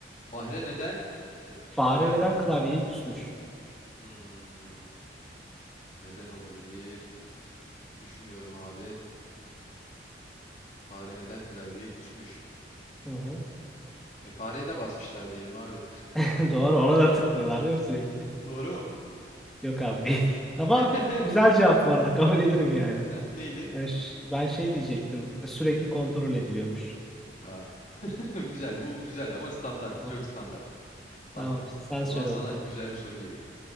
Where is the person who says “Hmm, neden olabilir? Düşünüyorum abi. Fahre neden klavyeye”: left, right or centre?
Left